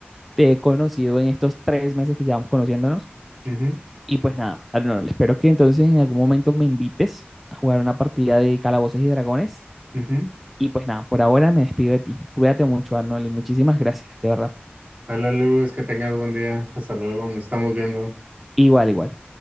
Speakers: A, in the centre; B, on the right.
A: te he conocido en estos tres meses que llevamos conociéndonos.
B: ujú,
A: Y pues nada, Arnold, espero que entonces en algún momento me invites a jugar una partida de Calabozos y Dragones.
B: ujú.
A: Y pues nada, por ahora me despido de ti. Cuídate mucho, Arnold, y muchísimas gracias, de verdad.
B: Dale, Lu, es que tengas buen día, hasta luego, nos estamos viendo.
A: Igual, igual.